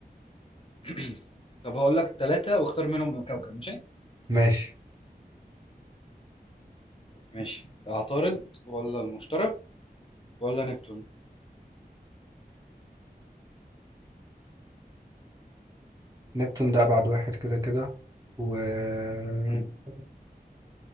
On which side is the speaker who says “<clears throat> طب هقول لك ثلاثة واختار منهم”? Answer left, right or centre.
Left